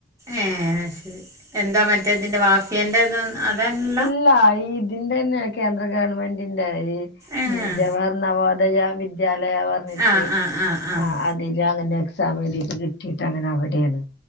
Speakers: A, on the right; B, on the left.
A: ഏ ശരി എന്താ മറ്റേ ഇതിന്റെ, വാഫിയേന്റെത അതതാണ്.
B: അല്ല ഈ ഇതിന്റെ തന്നെയ കേന്ദ്ര ഗവൺമെന്റ് തന്നെ. ന്റെ ഈ
A: ഏഹ്
B: ജവഹർ നവോദയ വിദ്യാലയ പറ ഞ്ഞിട്ട്
A: ആഹ് ആഹ് ആഹ് ആഹ്
B: ആഹാ അതില് അങ്ങനെ എക്സാം എഴുതിട്ട് കിട്ടിട്ട്, അങ്ങനെ- അവിടെയാണ്.